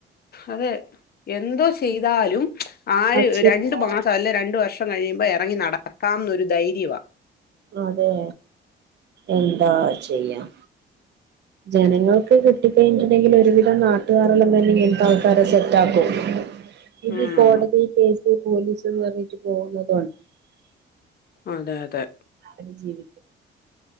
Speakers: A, on the left; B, on the right.
A: അതെ എന്തോ ചെയ്താലും ആര്?
B: പക്ഷെ
A: രണ്ടു മാസം അല്ലെ രണ്ടു വർഷം കഴിയുമ്പോ ഇറങ്ങി നടക്കാന്നൊരു ധൈര്യവാ.
B: അതെ എന്താ ചെയ്യാം ജനങ്ങൾക്ക് കിട്ട കഴിഞ്ഞട്ടുണ്ടെങ്കിൽ ഒരുവിധം നാട്ടുകാാരല്ലല്ലെത്തെ ആൾക്കാരെ സെറ്റ ആക്കും ഇ
A: ഉം
B: കോടതി കേസ് ഇപ്പോ പോലീസ് എന്ന് പറഞ്ഞിട്ട് പോകുന്നത്
A: അതെ അതെ
B: അവര് ജീവിക്കും